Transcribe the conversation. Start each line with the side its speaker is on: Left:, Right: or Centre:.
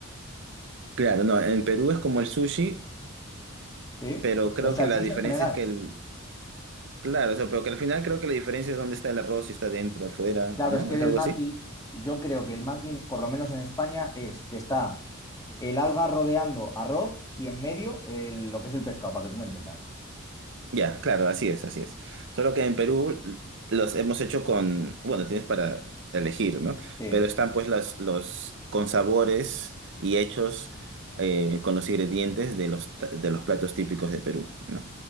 Right: Claro, no, en Perú es como el sushi,
Left: Sí.
Right: pero creo
Left: O sea,
Right: que
Left: el
Right: la
Left: sushi
Right: diferencia
Left: en general.
Right: es que el, claro, o sea, pero que al final creo que la diferencia es dónde está el arroz, si está dentro, afuera,
Left: Claro,
Right: ¿no?
Left: es que
Right: ¿Es
Left: del
Right: algo
Left: maki,
Right: así?
Left: yo creo que el maki, por lo menos en España, es que está el alga rodeando arroz y en medio el- lo que es el pescado, para que tú me entiendas.
Right: Ya, claro, así es, así es. Solo que en Perú los hemos hecho con, bueno, tienes para elegir, ¿no?
Left: Sí.
Right: Pero están pues las, los con sabores y hechos eh, con los ingredientes de los, ta- de los platos típicos de Perú, ¿no?